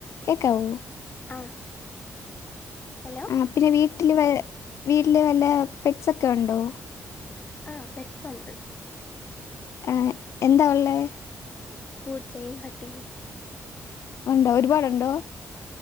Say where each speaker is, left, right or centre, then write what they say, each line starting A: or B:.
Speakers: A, on the left; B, on the left.
A: കേക്കാവോ?
B: ആഹ് ഹലോ
A: ആ പിന്നെ വീട്ടിൽ വ വീട്ടില് വല്ല പെറ്റ്സൊക്കെ ഉണ്ടോ
B: ആഹ് പെറ്റ്സ് ഉണ്ട്.
A: ഏ എന്താ ഉള്ളത്
B: പൂച്ചയും പട്ടിയും
A: ഉണ്ടോ ഒരുപാടുണ്ടോ